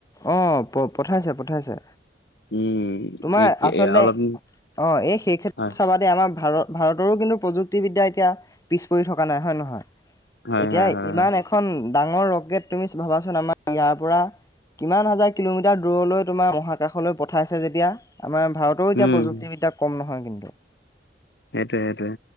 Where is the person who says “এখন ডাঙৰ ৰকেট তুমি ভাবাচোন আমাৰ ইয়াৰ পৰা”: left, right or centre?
Left